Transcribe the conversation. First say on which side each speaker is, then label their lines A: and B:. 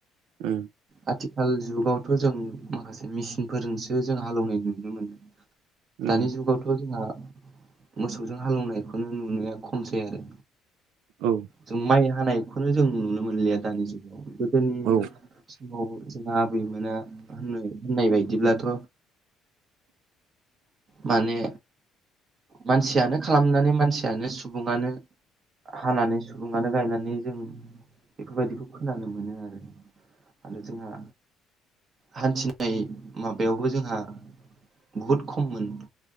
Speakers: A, on the right; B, on the right.
A: उम।
B: आथिखाल जुगावथ' जों माखासे मेचिनफोरजोंसो जों हालेवनाय नुनो मोनो।
A: उम
B: दानि जुगावथ' जोंहा मोसौजों हालेवनायखौनो नुनाया खमसै आरो।
A: औ
B: जों माइ हानायखौनो जों नुनो मोनलिया दानि जुगाव गोदोनि
A: औ
B: समाव जोंहा आबैमोना होननो होननाय बायदिब्लाथ' माने मानसियानो खालामनानै मानसियानो सुबुङानो हानानै सुबुुङानो गायनानै जों बेफोरबायदिखौ खोनानो मोनो आरो। आरो जोंहा हान्थिनाय माबायावबो जोंहा बुहुद खममोन